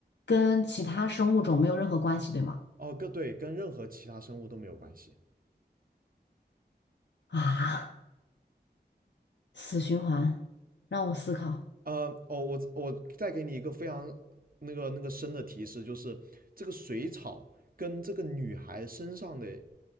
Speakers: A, on the left (about 85°); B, on the right (about 55°).
A: 跟其他生物种没有任何关系，对吗？
B: 哦，跟对跟任何其他生物都没有关系。
A: 啊，死循环，让我思考。
B: 呃，哦，我我再给你一个非常那个那个深的提示，就是这个水草跟这个女孩身上的